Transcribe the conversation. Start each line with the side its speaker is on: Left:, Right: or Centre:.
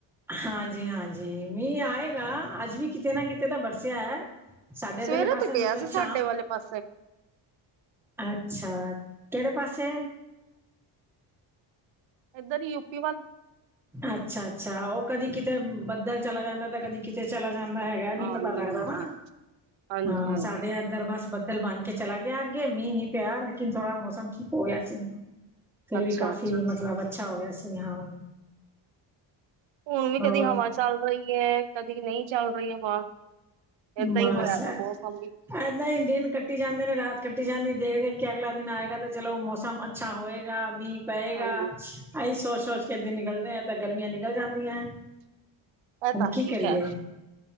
Centre: ਹਾਂਜੀ-ਹਾਂਜੀ ਮੀਂਹ ਆਏਗਾ ਅੱਜ ਵੀ ਕਿਤੇ ਨਾ ਕਿਤੇ ਤਾਂ ਬਰਸਿਆ ਹੈ ਸਾਡੇ ਇੱਧਰਲੇ
Right: ਸਵੇਰੇ
Centre: ਪਾਸੇ
Right: ਤੇ ਪਿਆ
Centre: ਮਤਲਬ
Right: ਸੀ ਸਾਡੇ
Centre: ਸ਼ਾਹ
Right: ਵਾਲੇ ਪਾਸੇ
Centre: ਅੱਛਾ ਕਿਹੜੇ ਪਾਸੇ
Right: ਇੱਧਰ ਯੂਪੀ ਵੱਲ
Centre: ਅੱਛਾ-ਅੱਛਾ ਉਹ ਕਦੀ ਕਿਤੇ ਬੱਦਲ ਚਲਾ ਜਾਂਦਾ ਤੇ ਕਦੀ ਕਿਤੇ ਚਲਾ ਜਾਂਦਾ ਹੈਗਾ
Right: ਹਾਂਜੀ
Centre: ਨੀ ਪਤਾ ਲੱਗਦਾ
Right: ਹਾਂਜੀ
Centre: ਨਾ
Right: ਹਾਂਜੀ
Centre: ਹਾਂ
Right: ਹਾਂਜੀ
Centre: ਸਾਡੇ ਇਏਧਰ ਬਸ ਬੱਦਲ ਬਣ ਕੇ ਚਲਾ ਗਿਆ ਅੱਗੇ ਮੀਂਹ ਨੀ ਪਿਆ ਲੇਕਿਨ ਥੋੜ੍ਹਾ ਮੌਸ ਠੀਕ ਹੋ ਗਿਆਆ ਸੀ ਫਿਰ
Right: ਅੱਛਾ
Centre: ਵੀ ਕਾਫ਼ੀ
Right: ਅੱਛਾ
Centre: ਮਤਲਬ ਅੱਛਾ ਹੋ ਗਿਆ ਸੀ ਹਾਂ
Right: ਹੁਣ ਵੀ
Centre: ਹੋਰ
Right: ਕਦੀ ਹਵਾ ਚੱਲ ਰਹੀ ਹੈ ਕਦੀ ਨਹੀਂ ਚੱਲ ਰਹੀ ਹਵਾ ਏਦਾਂ
Centre: ਬਸ
Right: ਹੀ ਹੋਇਆ
Centre: ਇਏਦਾਂ
Right: ਦਾ ਮੌਸਮ ਵੀ
Centre: ਹੀ ਦਿਨ ਕੱਟੀ ਜਾਂਦੇ ਨੇ ਰਾਤ ਕੱਟੀ ਜਾਂਦੀ ਦੇਖ ਦੇਖ ਕੇ ਅਗਲਾ ਦਿਨ ਆਏਗਾ ਤੇ ਚਲੋ ਮੌਸਮ ਅੱਛਾ ਹੋਏਗਾ, ਮੀਂ ਪਏਗਾ।
Right: ਹਾਂਜੀ
Centre: ਅਸੀਂ ਸੋਚ ਸੋਚ ਕੇ ਦਿਨ ਨਿਕਲਦੇ ਹ ਤਾਂ ਗਰਮੀਆਂ ਨਿਕਲ ਜਾਂਦੀਆਂ
Right: ਇਹ
Centre: ਹੁ
Right: ਤਾਂ
Centre: ਕੀ
Right: ਹੈ ਹੀ
Centre: ਕਰੀਏ
Right: ਖੈਰ